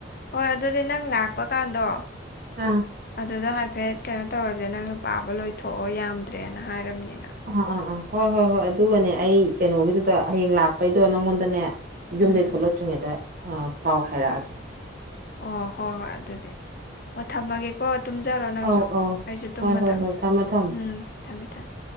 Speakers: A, on the left; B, on the right.
A: ꯍꯣꯏ ꯑꯗꯨꯗꯤ ꯅꯪ ꯂꯥꯛꯄ ꯀꯥꯟꯗꯣ
B: ꯑꯥ
A: ꯑꯗꯨꯗ ꯍꯥꯏꯐꯦꯠ ꯀꯩꯅꯣ ꯇꯧꯔꯁꯦ ꯅꯪꯅ ꯄꯥꯕ ꯂꯣꯏꯊꯣꯛꯑꯣ ꯌꯥꯝꯗ꯭ꯔꯦꯅ ꯍꯥꯏꯔꯝꯅꯤꯅ
B: ꯑꯥ ꯑꯥ ꯑꯥ ꯍꯣꯏ ꯍꯣꯏ ꯍꯣꯏ ꯑꯗꯨꯒꯅꯦ ꯑꯩ ꯀꯩꯅꯣꯒꯤꯗꯨꯗ ꯍꯌꯦꯡ ꯂꯥꯛꯄꯩꯗꯣ ꯅꯪꯉꯣꯟꯗꯅꯦ ꯌꯨꯝꯗꯩ
A: ꯎꯝ
B: ꯊꯣꯛꯂꯛꯇ꯭ꯔꯤꯉꯩꯗ ꯑ ꯄꯥꯎ ꯍꯥꯏꯔꯛꯑꯒꯦ
A: ꯑꯣ ꯍꯣꯏ ꯍꯣꯏ ꯑꯗꯨꯗꯤ ꯍꯣꯏ ꯊꯝꯃꯒꯦ ꯀꯣ ꯇꯨꯝꯖꯔꯣ ꯅꯪꯁꯨ
B: ꯑꯧ ꯑꯧ
A: ꯑꯩꯁꯨ ꯇꯨꯝꯃꯗꯕꯅꯤ
B: ꯍꯣꯏ ꯍꯣꯏ ꯍꯣꯏ ꯊꯝꯃꯣ ꯊꯝꯃꯣ
A: ꯎꯝ ꯊꯝꯃꯦ ꯊꯝꯃꯦ